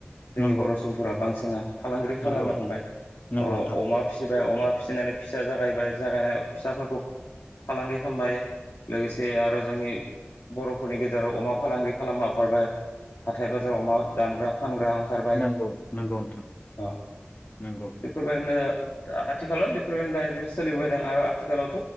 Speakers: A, on the left; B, on the left.
A: जोंनि
B: नोंथां
A: बर सुबुंफोरा बांसिना फालांगिरि खालामनो
B: नंगौ
A: हमबाय
B: नंगौ
A: अ-अमा
B: नंगौ नोंथां
A: फिसिबाय अमा फिसिनानै फिसा जागायबाय जागायना फिसाफोरखौ फालांगि खामबाय लोगोसे आरो जोंनि बर फोरनि गेजेराव अमा फालांगि खालामा <unintelligible> हाथाय बाजाराव अमा दानग्रा फानग्रा खारबाय
B: नंगौ नंगौ नोंथां
A: ओ
B: नंगौ
A: बेफोरबायदिनो दा आथिखालाव बेफोरबायदिनो दा ओरैनो सोलिबोबायदों आरो आथिखालावथ